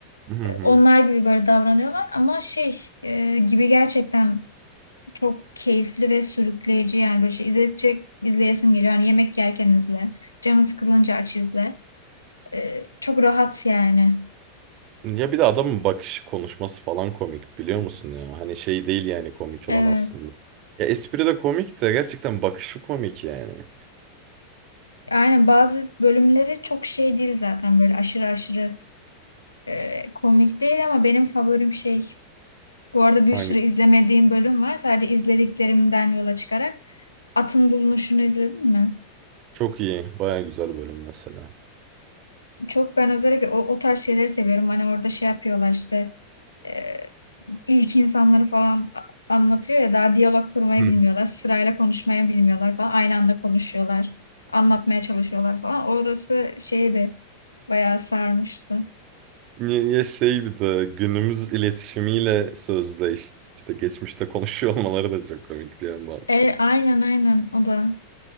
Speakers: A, on the right; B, on the left.
A: Hı hı.
B: Onlar gibi böyle davranıyorlar ama şey e, gibi gerçekten çok keyifli ve sürükleyici yani böyle şey izleyecek izleyesin geliyor. Hani yemek yerken izle, canın sıkılınca aç izle. E, çok rahat yani.
A: Ya bir de adamın bakışı konuşması falan komik biliyor musun ya? Hani şey değil yani komik
B: Evet.
A: olan aslında. Ya espri de komik de gerçekten bakışı komik yani.
B: Aynen bazı bölümleri çok şey değil zaten böyle aşırı aşırı e, komik değil ama benim favorim şey. Bu arada bir
A: Hangi?
B: sürü izlemediğim bölüm var. Sadece izlediklerimden yola çıkarak Atın Bulunuşunu izledin mi?
A: Çok iyi. Baya güzel bölüm mesela.
B: Çok ben özellikle o, o tarz şeyleri seviyorum. Hani orada şey yapıyorlar işte e, ilk insanları falan a- anlatıyor ya daha diyalog kurmayı
A: <laughs> Hı.
B: bilmiyorlar. Sırayla konuşmayı bilmiyorlar falan. Aynı anda konuşuyorlar. Anlatmaya çalışıyorlar falan. Orası şeydi bayağı sarmıştı.
A: Ya şey bir de günümüz iletişimiyle sözde işte geçmişte konuşuyor olmaları da çok komik bir yandan.
B: E, aynen aynen o da.